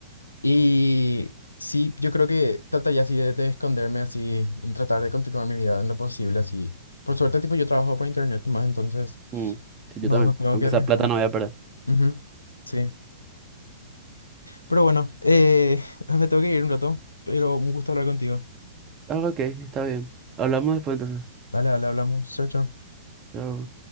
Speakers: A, on the left; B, on the right.
A: Y sí, yo creo que trataría así de, de esconderme así y tratar de continuar mi vida en lo posible así. Por suerte, tipo, yo trabajo por internet más, entonces
B: Mm, Sí, yo
A: no,
B: también.
A: no tengo
B: Aunque
A: que arriesgarme.
B: esa plata no voy a perder.
A: Ujú, Sí. Pero bueno, eh, <laughs> me tengo que ir un rato, pero un gusto hablar contigo.
B: Ah, ok, está bien. Hablamos después entonces.
A: Dale, dale, hablamos. Chao, chao.
B: Chao.